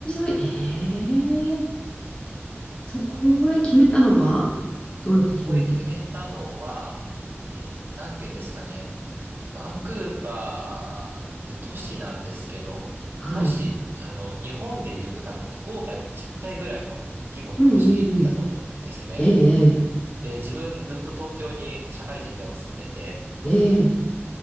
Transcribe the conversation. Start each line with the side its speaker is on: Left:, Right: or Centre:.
Left: 沿い。えー、そこへ決めたのはどうやって決めるんですか
Right: そこへ決めたのは、うーん、なんて言うんですかね。バンクーバーって都市なんですけど、
Left: はい。
Right: 都市、あの、日本で言うと多分福岡よりちっちゃいぐらいの規模の都市だと思うんですね。
Left: うんうんうん。ええ
Right: で、自分ずっと東京に社会人では住んでて、
Left: ええええ